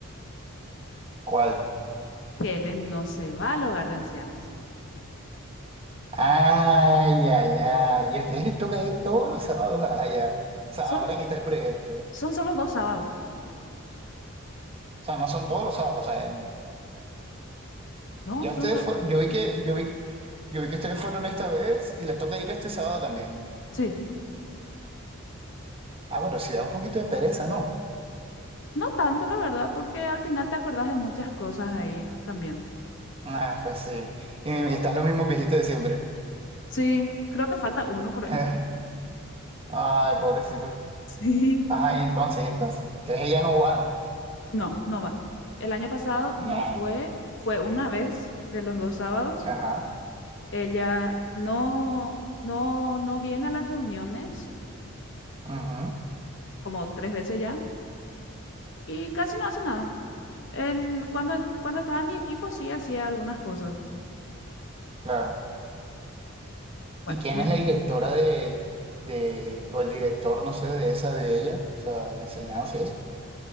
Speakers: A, on the right; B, on the left.
A: cuál?
B: que Helen no se va al hogar de ancianos.
A: Ay, ay, ay. ¿Y a ustedes les toca ir todos los sábados allá? O sea,
B: Son,
A: ahora que está el proyecto. O
B: son solo dos sábados,
A: sea, no son todos los sábados. O sea,
B: ¿no?
A: ya
B: Son
A: ustedes
B: solo...
A: fue, yo vi que, yo vi, yo vi que ustedes fueron esta vez y les toca ir este sábado también.
B: Sí,
A: Ah, pero sí da un poquito de pereza, ¿no?
B: no tanto, la verdad, porque al final te acordás de muchas cosas ahí también.
A: Ah, pues sí. Y
B: Sí.
A: están los mismos viejitos de siempre.
B: Sí, creo que falta uno por
A: <laughs>
B: ahí. <laughs>
A: Ay, pobrecito.
B: Sí.
A: Ajá, y entonces, y entonces. Entonces ella no va.
B: No, no va. El año pasado
A: Ñe.
B: no fue, fue una vez de los dos sábados.
A: Ajá.
B: Ella no, no, no viene a las reuniones
A: ujú,
B: como tres veces ya y casi no hace nada. En, cuando, cuando estaba en mi equipo sí hacía algunas cosas.
A: claro.
B: Bueno,
A: ¿Y quién
B: y después
A: es la directora de, de, o el director, no sé, de esa de ella? O sea, de enseñanza y eso.